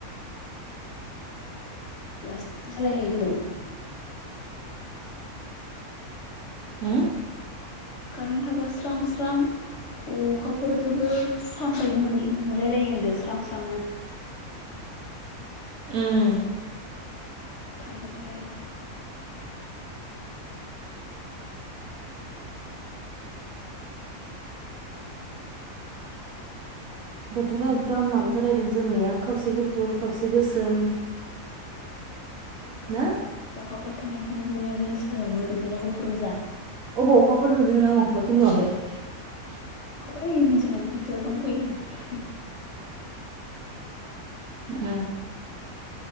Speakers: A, on the left (about 55°); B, on the right (about 70°).
A: वास सालायलायगोमो
B: हो
A: कारेन्ट थाबा स्रां स्रां अखाफोरजोबो सान बायदि मोनलि नुलायलायो होनदो स्रां स्रांनो
B: ओम
A: थांबाथाय आरो
B: बोथोरा एखदम माबा जालायदों जोमैया खावसे गुफुर खावसे गोसोम ना
A: अखाफोर थानायथिंजिनिया गोसोम ओरैजायना गुफुर गोजा
B: अबाव अखाफोर नुदों नों आं अखाफोरखोनो नुवाखै
A: अखाफोर हैनै जोंहानि खाथियाव दंफैयो
B: उम